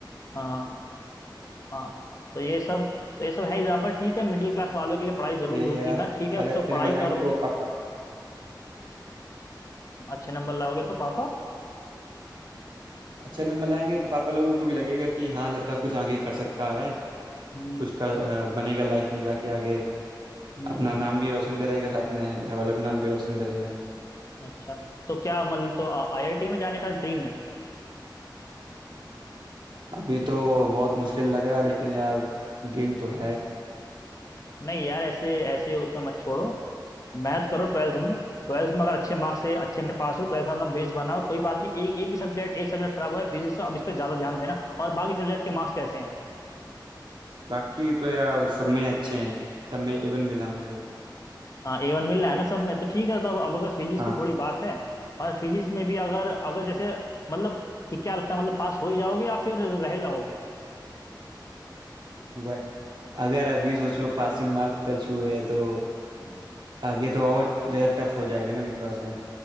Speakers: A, on the left; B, on the right.
A: हाँ हाँ तो ये सब तो ये सब है एग्जाम्पल ठीक है मिडिल क्लास वालों के लिए पढ़ाई जरूरी
B: तो यही
A: होती
B: है यार
A: है ठीक है
B: अगर अच्छे
A: तो पढ़ाई
B: नंबर लाएंगे
A: करो
B: तो पापा
A: अच्छे नंबर लाओगे तो पापा
B: अच्छे नंबर लाएंगे तो पापा लोगों को भी लगेगा कि हाँ लड़का कुछ आगे कर सकता है
A: हम्म
B: कुछ कर, अ, बनेगा लाइफ में जाके आगे
A: हम्म
B: अपना नाम भी रोशन करेगा साथ में घर वालों का नाम भी रोशन करेगा
A: अच्छा तो क्या मतलब तो आईआईटी में जाने का ड्रीम है
B: अभी तो बहुत मुश्किल लग रहा है लेकिन यार ड्रीम तो है
A: नहीं यार ऐसे ऐसे उसमें मत छोड़ो मैथ करो ट्वेल्थ में ट्वेल्थ में अगर अच्छे मार्क्स से अच्छे में पास हो ट्वेल्थ में अपना बेस बनाओ कोई बात नहीं एक एक ही सब्जेक्ट एक सब्जेक्ट खराब हुआ है फिजिक्स तो अब इस पर ज्यादा ध्यान देना और बाकी सब्जेक्ट के मार्क्स कैसे हैं
B: बाकी तो यार सब में अच्छे हैं सब में इवन मिला मुझे
A: हाँ ए वन मिल रहा है ना सब में तो ठीक है तो अब अब अगर फिजिक्स
B: हाँ
A: की थोड़ी बात है और फिजिक्स में भी अगर अगर जैसे मतलब कि क्या लगता है मतलब पास हो ही जाओगे या फिर रह जाओगे
B: वह अगर अभी सोचो पासिंग मार्क्स टच हुए तो
A: हम्म,
B: आगे तो और ज़्यादा टफ हो जाएगा ना अभी थोड़ा सा